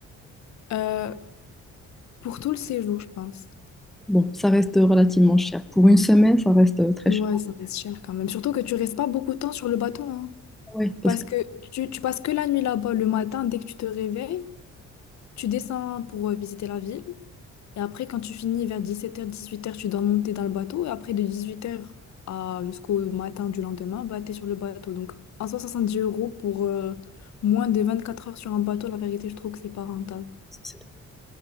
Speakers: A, on the left (about 65°); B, in the centre.
A: Euh, pour tout le séjour, je pense.
B: Bon, ça reste relativement cher. Pour une semaine, ça reste euh, très
A: Ouais,
B: cher.
A: ça reste cher quand même. Surtout que tu restes pas beaucoup de temps sur le bateau, hein.
B: Ah Ouais, parce
A: Parce
B: que
A: que tu, tu passes que la nuit là-bas. Le matin, dès que tu te réveilles, tu descends pour euh, visiter la ville. Et après, quand tu finis vers dix-sept heures, dix-huit heures, tu dois monter dans le bateau. Et après, de dix-huit heures à jusqu'au matin du lendemain, bah, t'es sur le bateau. Donc, en soi, dix euros pour euh, moins de 24 heures sur un bateau, la vérité, je trouve que c'est pas rentable.
B: c'est-